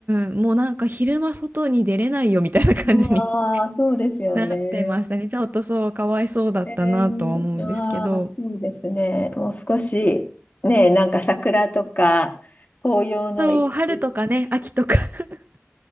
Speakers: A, on the right (about 40°); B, on the left (about 40°).
A: ん、もうなんか昼間外に出れないよみたいな感じに
B: ああ、そうですよね。
A: なってましたね。ちょっとそう、かわいそうだったなとは思うんですけど。
B: えー、ああ、そうですね。もう少し、ね、なんか桜とか、紅葉の一い
A: そう、春とかね、秋とか <laughs>